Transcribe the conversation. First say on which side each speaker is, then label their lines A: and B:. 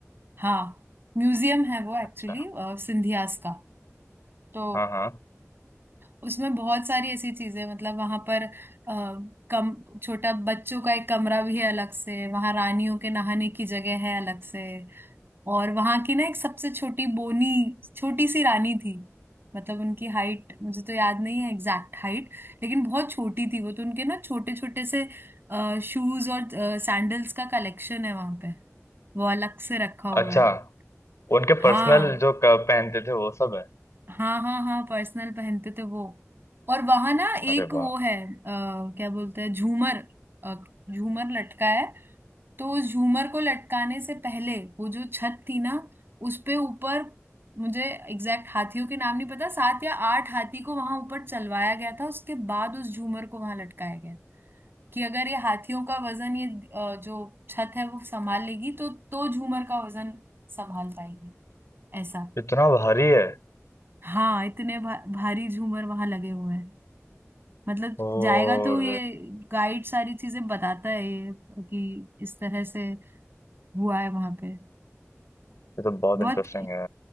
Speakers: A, on the right (about 45°); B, on the left (about 70°).
A: हाँ म्यूजियम है वो एक्चुअली
B: अच्छा
A: सिंधियास का तो
B: हाँ हाँ
A: उसमें बहुत सारी ऐसी चीजें मतलब वहां पर आ, कम छोटा बच्चों का एक कमरा भी है अलग से वहां रानियों के नहाने की जगह है अलग से और वहां की ना एक सबसे छोटी बोनी छोटी सी रानी थी मतलब उनकी हाइट मुझे तो याद नहीं है एग्जैक्ट हाइट लेकिन बहुत छोटी थी वो तो उनके ना छोटे छोटे से शूज और सैंडल्स का कलेक्शन है वहां पे वो अलग से रखा हुआ
B: अच्छा
A: है
B: उनके
A: हाँ
B: पर्सनल जो क- पहनते थे वो सब है
A: हाँ हाँ हाँ पर्सनल पहनते थे वो और वहां ना एक
B: अरे
A: वो
B: वाह
A: है आ, क्या बोलते हैं झूमर अ, झूमर लटका है तो उस झूमर को लटकाने से पहले वो जो छत थी ना उस पे ऊपर मुझे एग्जैक्ट हाथियों के नाम नहीं पता सात या आठ हाथी को वहां ऊपर चलवाया गया था उसके बाद उस झूमर को वहां लटकाया गया कि अगर ये हाथियों का वजन ये अ, जो छत है वो संभाल लेगी तो तो झूमर का वजन संभाल पाएगी ऐसा
B: इतना भारी है
A: हाँ इतने भा, भारी झूमर वहां लगे हुए हैं मतलब
B: और
A: जाएगा तो ये गाइड सारी चीजें बताता है ये कि इस तरह से हुआ है वहां पे
B: ये तो बहुत
A: बहुत
B: इंटरेस्टिंग है